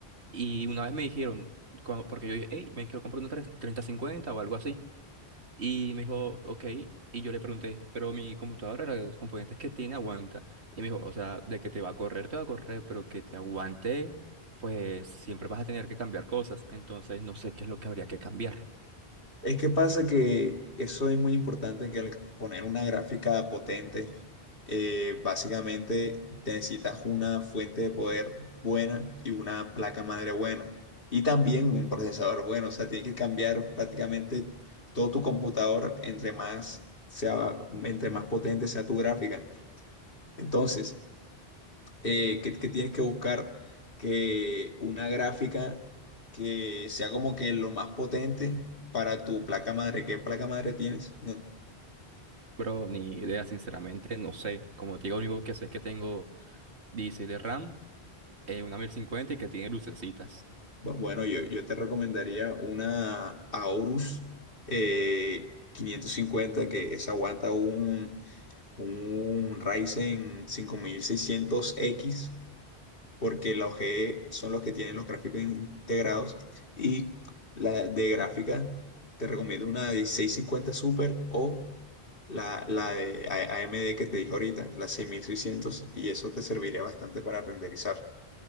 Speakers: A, on the right; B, on the left.
A: y una vez me dijeron, cua- porque yo dije, hey, me quiero comprar una tres- treinta cincuenta o algo así, y me dijo, ok, y yo le pregunté, pero mi computadora, los componentes que tiene, aguanta. Y me dijo, o sea, de que te va a correr, te va a correr, pero que te aguante, pues siempre vas a tener que cambiar cosas, entonces no sé qué es lo que habría que cambiar.
B: Es que pasa que eso es muy importante, que al poner una gráfica potente, eh, básicamente te necesitas una fuente de poder buena y una placa madre buena. Y también un procesador bueno. O sea, tienes que cambiar prácticamente todo tu computador entre más sea, entre más potente sea tu gráfica. Entonces, eh, que, que tienes que buscar que una gráfica que sea como que lo más potente para tu placa madre. ¿Qué placa madre tienes? No.
A: Bro, ni idea, sinceramente, no sé. Como te digo, lo único que sé es que tengo 16 de RAM, eh, una 1050 y que tiene lucecitas.
B: Bu- Bueno, yo, yo te recomendaría una Aorus eh, 550 que esa aguanta un, un Ryzen cinco mil seiscientos x porque la OGE son los que tienen los gráficos in- integrados y la de gráfica te recomiendo una de seiscientos cincuenta Super o la, la de A- AMD que te dije ahorita, la 6600 y eso te serviría bastante para renderizar.